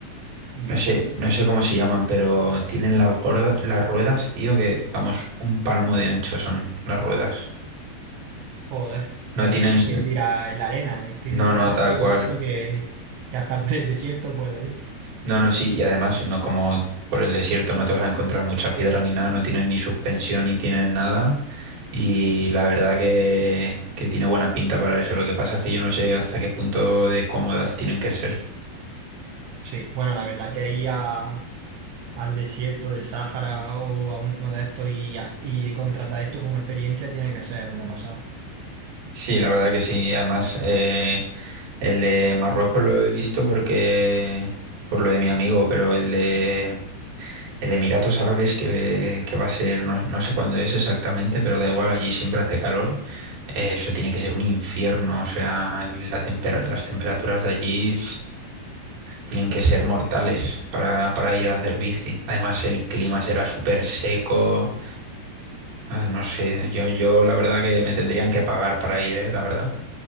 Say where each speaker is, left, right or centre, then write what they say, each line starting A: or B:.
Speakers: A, on the right; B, on the right.
A: Dios,
B: No sé, no sé cómo se llaman, pero tienen las gorda- las ruedas, tío, que vamos, un palmo de ancho son las ruedas.
A: joder,
B: No
A: a eso
B: tienen,
A: sí que tira en la arena. Estoy
B: no,
A: viendo
B: no,
A: fotos
B: tal
A: y
B: cual.
A: he visto que, que hasta por el desierto puede ir.
B: No, no, sí, y además, no como por el desierto no te vas a encontrar mucha piedra ni nada, no tienen ni suspensión ni tienen nada. Y la verdad que, que tiene buena pinta para eso. Lo que pasa es que yo no sé hasta qué punto de cómodas tienen que ser.
A: Sí, bueno, la verdad que ir a- al desierto del Sáhara o a uno de estos y, haz- y contratar esto como experiencia tiene que ser una pasada.
B: Sí, la verdad que sí. Además, eh, el de Marruecos lo he visto porque por lo de mi amigo, pero el de el de Emiratos Árabes que, que va a ser, no, no sé cuándo es exactamente, pero da igual, allí siempre hace calor. Eh, eso tiene que ser un infierno. O sea, la temper- las temperaturas de allí. Tienen que ser mortales para, para ir a hacer bici. Además, el clima será súper seco. No, no sé, yo, yo la verdad que me tendrían que pagar para ir, ¿eh? La verdad.